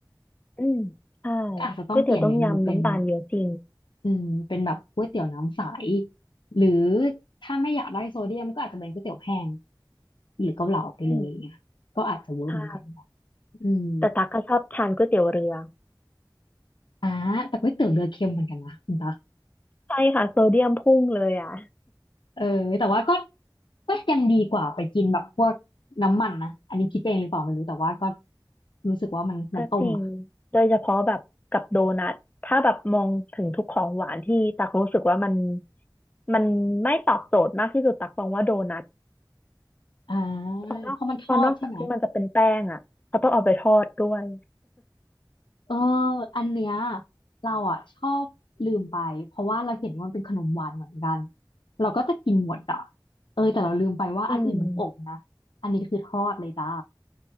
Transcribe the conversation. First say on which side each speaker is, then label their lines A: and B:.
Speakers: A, on the left; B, on the left.
A: อืมใช่
B: ก็อาจจะต้องเปลี่ยนเมนูเป็น
A: ก๋วยเตี๋ยวต้มยำน้ำตาลเยอะจริง
B: อืมเป็นแบบก๋วยเตี๋ยวน้ำใสหรือถ้าไม่อยากได้โซเดียมก็อาจจะเป็นก๋วยเตี๋ยวแห้งหรือเกาเหลาไปเลยอย่างเงี้ยก็อาจจะเวิร์กเหมือนกันเนอะ
A: อืมใช่
B: อืม
A: แต่ตักก็ชอบทานก๋วยเตี๋ยวเรือ
B: อ่าแต่ก๋วยเตี๋ยวเรือเค็มเหมือนกันนะคุณตา
A: ใช่ค่ะโซเดียมพุ่งเลยอ่ะ
B: เออแต่ว่าก็ก็ยังดีกว่าไปกินแบบพวกน้ำมันนะอันนี้คิดเองหรือเปล่าไม่รู้แต่ว่าก็รู้สึกว่ามันมันต้มอ่ะ
A: ก็จริงโดยเฉพาะแบบกับโดนัทถ้าแบบมองถึงทุกของหวานที่ตักรู้สึกว่ามันมันไม่ตอบโจทย์มากที่สุดตักมองว่าโดนัท
B: อ่า
A: เพราะนอกเพราะนอกจากที่มันจะเป็นแป้งอ่ะเขาต้องเอาไปทอดด้วย
B: เพราะมันทอดใช่ไหมเอออันเนี้ยเราอ่ะชอบลืมไปเพราะว่าเราเห็นว่ามันเป็นขนมหวานเหมือนกันเราก็จะกินหมดอ่ะเออแต่เราลืมไปว่าอันอื่นมันอบนะอันนี้คือทอดเลยจ้า
A: อืม